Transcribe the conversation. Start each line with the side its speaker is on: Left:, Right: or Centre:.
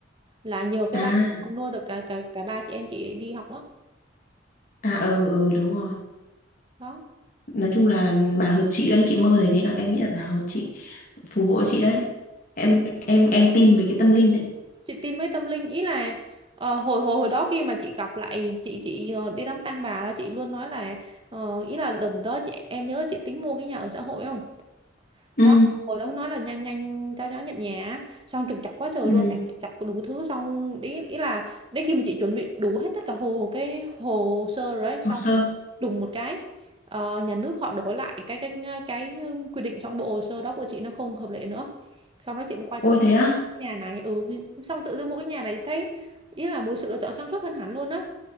Right: là nhờ cái
Left: à
Right: bánh đó mà nuôi được cả cả cả ba chị em chị đi học á
Left: à ờ ờ đúng rồi
Right: đó
Left: nói chung là bà hợp chị đấy chị mơ thấy thế là em nghĩ là bà hợp chị phù hộ chị đấy em
Right: chị,
Left: em em tin mấy cái tâm linh đấy
Right: chị tin với tâm linh ý là ờ, hồi hồi hồi đó khi mà chị gặp lại chị chị ờ, đi đám tang bà là chị luôn nói là ờ, ý là lần đó chị em nhớ là chị tính mua cái nhà ở xã hội không
Left: ừ
Right: đó hồi đó nói là nhanh nhanh cho nó nhận nhà á. xong trục trặc quá trời
Left: ừ
Right: luôn em trục trặc đủ thứ xong ý, ý là đến khi mà chị chuẩn bị đủ hết tất cả hồ cái hồ sơ rồi ấy, xong
Left: hồ sơ
Right: đùng một cái ờ, nhà nước họ đổi lại cái cái cái quy định trong bộ hồ sơ đó của chị nó không hợp lệ nữa sau đó chị mới quay
Left: ôi
Right: sang cái
Left: thế á
Right: nhà này ừ xong tự dưng mua cái nhà này thấy ý là một sự lựa chọn sáng suốt hơn hẳn luôn á